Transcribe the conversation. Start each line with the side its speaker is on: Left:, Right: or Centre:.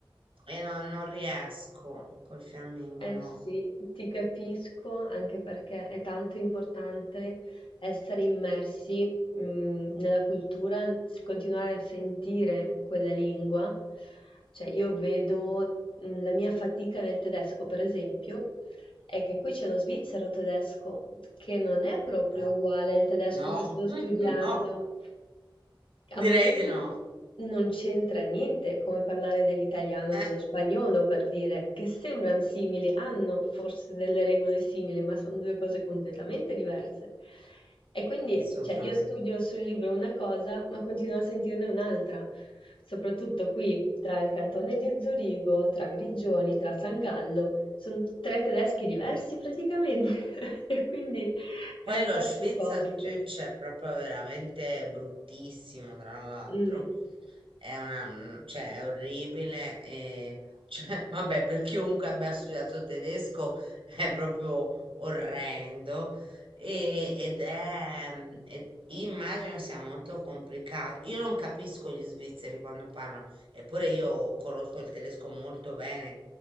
Right: e no- non riesco col fiammingo,
Left: Eh
Right: no.
Left: sì, ti capisco anche perché è tanto importante essere immersi, mh, nella cultura, s- continuare a sentire quella lingua. Cioè, io vedo, mh, la mia fatica nel tedesco, per esempio, è che qui c'è lo svizzero tedesco, che non è proprio
Right: Eh,
Left: uguale al tedesco
Right: No,
Left: che sto
Right: <laughs>
Left: studiando.
Right: no, direi
Left: A momenti
Right: di no.
Left: non c'entra niente, è come parlare dell'italiano
Right: Eh,
Left: e dello spagnolo, per dire, che sembran simili, hanno forse delle regole simili, ma sono due cose completamente diverse. E quindi,
Right: assolutamente.
Left: cioè, io studio sul libro una cosa, ma continuo a sentirne un'altra. Soprattutto qui, tra il cantone di Zurigo, tra Grigioni, tra San Gallo, Son tre tedeschi diversi praticamente <laughs> e quindi
Right: Poi
Left: è un
Right: lo
Left: sacco
Right: Schweizerdeutsch
Left: comico.
Right: è proprio veramente bruttissimo, tra l'altro.
Left: Mh.
Right: È una, un- cioè, è orribile. E, cioè, <laughs> vabbè, per chiunque abbia studiato tedesco è proprio orrendo. E, ed è, mm, ed- immagino sia molto complicato. Io non capisco gli svizzeri quando parlano, eppure
Left: Mh-mh.
Right: io conosco il tedesco molto bene,